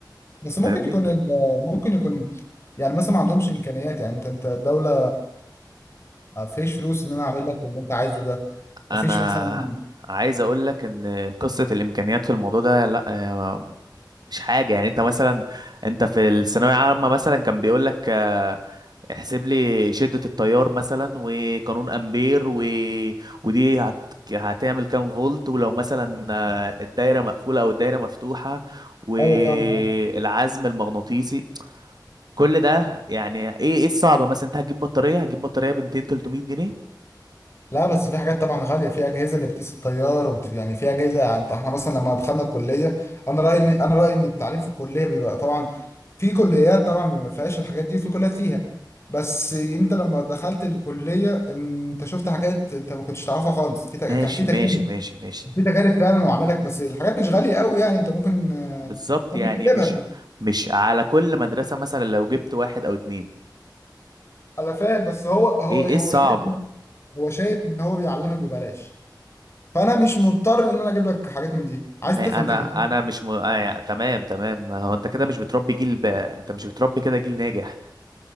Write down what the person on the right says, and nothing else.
فاهمني
انا
عايز اقول لك ان قصة الامكانيات في الموضوع ده لا آه، مش حاجة يعني انت مثلا انت في الثانوية عامة مثلا كان بيقول لك احسب لي شدة التيار مثلا وقانون امبير و... ودي هت... هتعمل كام فولت ولو مثلا آه، الدايرة مقفولة او الدايرة مفتوحة والعزم
المغناطيسي كل ده يعني ايه ايه الصعب مثلا انت هتجيب بطارية هتجيب بطارية ب 200 300 جنيه
ماشي
ماشي ماشي ماشي
بالظبط
يعني
مش مش على كل مدرسة مثلا لو جبت واحد او اتنين
ايه
ايه الصعب
ما
انا
انا مش م... آه يعني تمام تمام ما هو انت كده مش بتربي جيل ب... انت مش بتربي كده جيل ناجح